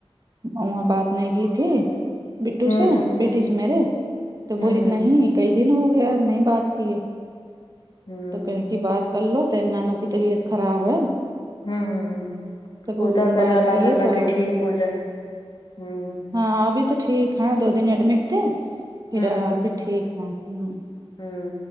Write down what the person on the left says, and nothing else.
ہوں
ہوں
ہ
ہوں
ہوں ہوں ہوں
خدا کرے
اللہ
تعالی
کے ٹھیک ہو جائے ہوں
ہوں
ہوں